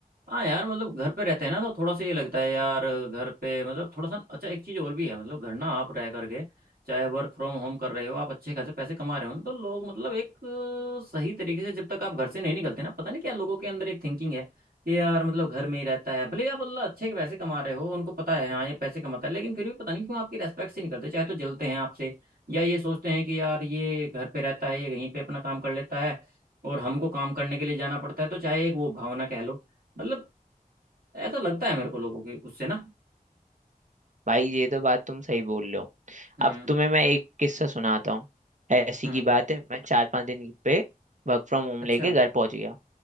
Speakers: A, on the right; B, on the right.
A: हाँ यार मतलब घर पे रहते हैं ना तो थोड़ा सा ये लगता है यार घर पे मतलब थोड़ा सा अच्छा एक चीज़ और भी है मतलब घर ना आप रह करके चाहे वर्क फ्रॉम होम कर रहे हो आप अच्छे खासे पैसे कमा रहे हो तो लोग मतलब एक अ, सही तरीके से जब तक आप घर से नहीं निकलते ना पता नहीं क्या लोगों के अंदर एक थिंकिंग है कि यार मतलब घर में ही रहता है भले ही आप मतलब अच्छे के पैसे कमा रहे हो उनको पता है हाँ ये पैसे कमाता है लेकिन फिर भी पता नहीं क्यों आपकी रेस्पेक्ट से नहीं करते चाहे तो जलते हैं आपसे या ये सोचते हैं कि यार ये घर पे रहता है ये कहीं पे अपना काम कर लेता है और हमको काम करने के लिए जाना पड़ता है तो चाहे एक वो भावना कह लो मतलब ऐसा लगता है मेरे को लोगों के उससे ना
B: भाई ये तो बात तुम सही बोल रहे हो
A: हम्म
B: अब तुम्हें मैं एक किस्सा सुनाता हूँ ऐसी
A: हम्म
B: की बात है मैं चार पांच दिन पे वर्क फ्रॉम होम
A: अच्छा
B: लेके घर पहुंच गया